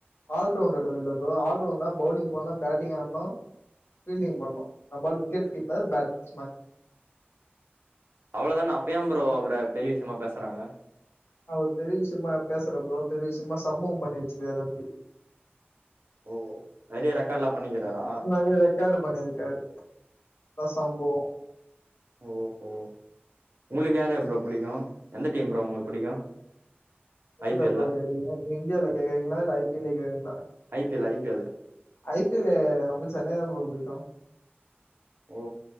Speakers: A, on the left; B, on the right.
A: ஆட்வுண்ட <unintelligible> இல்ல ப்ரோ ஆல் ரவுண்டர்னா பவுலிங் போடன்னு பேட்டிங் ஆடணு பீல்டிங் பண்ணோ நம்ம ஆள் விக்கெட் கீப்பர் பேட்ஸ்மேன்
B: அவ்ளோ தான அப்பயே ப்ரோ அவர பெரிய விஷயமா பேசுறாங்க
A: அவர் பெரிய விஷயமா பேசல ப்ரோ பெரிய விஷயமா சம்பவம் பண்ணி வச்சிக்கிறாரு அப்டி
B: ஓ நெறைய ரெக்கார்ட்லா பண்ணிக்கிறாரா
A: நெறைய ரெக்கார்டு பண்ணியிருக்காரு சம்பவோ
B: ஓ ஓ உங்களுக்கு யார் யார் ப்ரோ பிடிக்கு எந்த டீம் ப்ரோ உங்களுக்கு புடிக்கு
A: எதுல
B: ஐ பி எல்ல
A: ப்ரோ கேட்டீங்க இந்தியாலா கேக்குறீங்களா இல்ல ஐ பி எல்ல கேக்குறீங்களா
B: I P L I P L ல
A: ஐ பி எல்லு நம்ம சென்னை த ப்ரோ புடிக்கு
B: ஓ